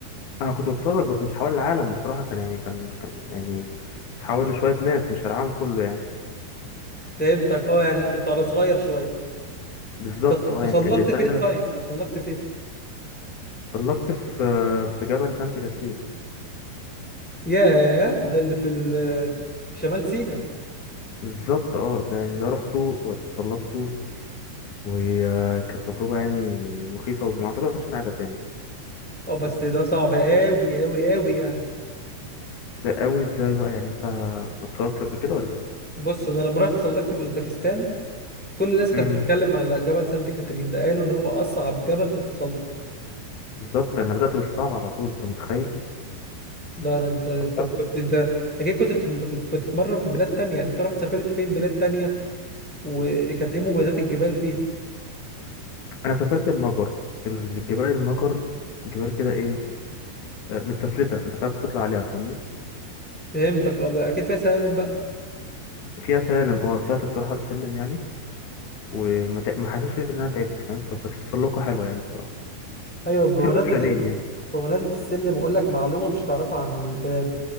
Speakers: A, on the left (about 50°); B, in the centre.
A: انا كنت بتسلق بس مش حول العالم بصراحة كان يعني كان كان يعني حول لشوية ناس مش العالم كله يعني
B: فهمتك اه يعني كنت على صغير شوية
A: بالظبط
B: انت
A: اه
B: تسلقت
A: يعني كانت الدايرة
B: فين طيب تسلقت فين
A: سلقت في آه، في جبل سانت كاترين
B: ياه ده اللي في ال في شمال سيناء
A: بالظبط اه ده يعني ده رحته وتسلقت وكانت تجربة يعني مخيفة وما أعتقدش إنها هتعيدها تاني
B: اه بس ده صعب قوي قوي قوي يعني
A: ده قوي إزاي بقى يعني أنت ما اتسرقتش قبل كده ولا إيه؟
B: بص انا لما رحت اتسلقت في اوزبكستان كل الناس كانت
A: امم
B: بتتكلم على جبل سانت كاترين ده قالوا ان هو اصعب جبل في التسلق
A: بالظبط أنا بدأت بالصعب على طول أنت متخيل؟
B: لا لا انت
A: طب
B: طب
A: طب،
B: كنت انت اكيد كنت بتتم- بتتمرن في بلاد تانية يعني انت رحت سافرت فين بلاد تانية وكانت ايه مميزات الجبال فيها
A: أنا سافرت المجر الجبال المجر جبال كده إيه آه، متسفلتة أنت بتعرف تطلع عليها فاهمني؟
B: فهمتك اه اكيد فيها سلالم بقى
A: فيها سلالم أه طلعت بصراحة بسلم يعني وما تع- ما حسيتش إن أنا تعبت فاهم؟ فبس تسلقة حلوة يعني بصراحة
B: ايوه بمناسبة
A: في الأوبشنين يعني
B: بمناسبة السلم اقول لك معلومة مش تعرفها عن البلاد